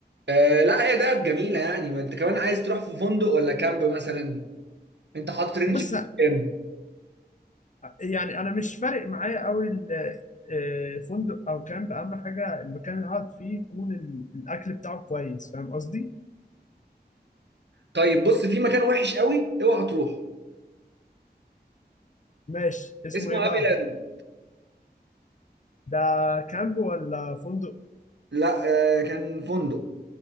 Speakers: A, on the right; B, on the left.
A: آه، لا هي دهب جميلة يعني ما انت كمان عايز تروح في فندق ولا كامب مثلا انت حاطط رينج
B: بص
A: في كام
B: يعني انا مش فارق معايا قوي ال- آه، فندق او كامب اهم حاجه المكان اللي هقعد فيه يكون ال- الاكل بتاعه كويس فاهم قصدي
A: طيب بص في مكان وحش قوي اوعى تروح
B: ماشي اسمه
A: اسمه
B: ايه
A: هابي
B: بقى
A: لاند
B: ده كامب ولا فندق
A: لا آه كان فندق